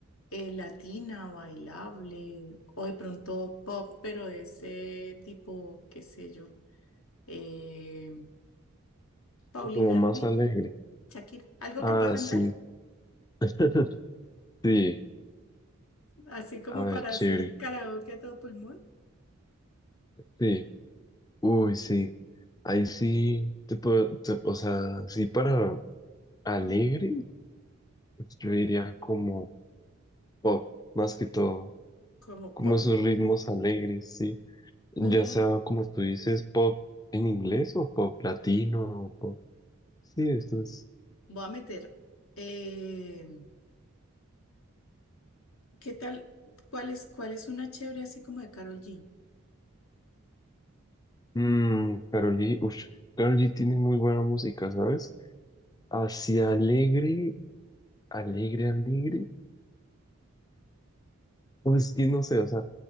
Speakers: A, on the left; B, on the left.
A: eh, latina, bailable, o de pronto pop, pero de ese tipo, qué sé yo, eh, Paulina
B: como más
A: Rubio,
B: alegre.
A: Shakira, algo
B: Ah,
A: que pueda
B: sí.
A: cantar,
B: <laughs> Sí,
A: así como
B: a ver,
A: para
B: chévere.
A: hacer karaoke a todo pulmón,
B: Sí. Uy, sí. Ahí sí te puedo, te- o sea, sí para alegre, pues yo diría como pop, más que todo,
A: como
B: como
A: pop.
B: esos ritmos alegres, sí. Ya
A: O
B: sea como tú dices, pop en inglés o pop latino o pop. Sí, esto es.
A: voy a meter, eh, ¿qué tal? ¿Cuál es, cuál es una chévere así como de Karol G?
B: Mmm, Karol G, ush, Karol G tiene muy buena música, ¿sabes? Hacia alegre, alegre, alegre. Pues que no sé, o sea,